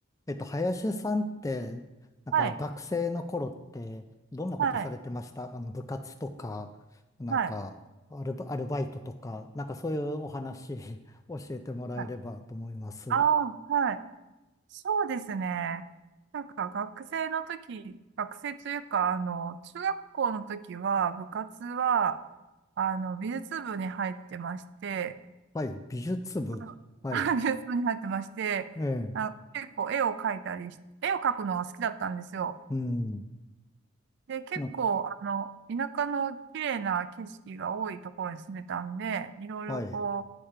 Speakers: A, on the left; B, on the right.
A: えっと、林さんって、なんか学生の頃って、
B: はい、
A: どんなことされてましたあの、
B: はい、
A: 部活とか、なんかアルバ、
B: はい、
A: アルバイトとか、なんかそういうお話 <laughs> 教えてもらえればと思います。
B: はい。ああ、はい。そうですね。なんか学生の時、学生というか、あの、中学校の時は、部活は、あの、美術部に入ってまして、
A: はい、美術部。
B: あ
A: はい、
B: <laughs> 美術部に入ってまして、
A: ええ、
B: あ、結構絵を描いたりし、絵を描くのが好きだったんですよ。
A: うん、
B: で、結構、
A: なんか、
B: あの、田舎の綺麗な景色が多いところに住んでたんで、いろいろこ
A: はい、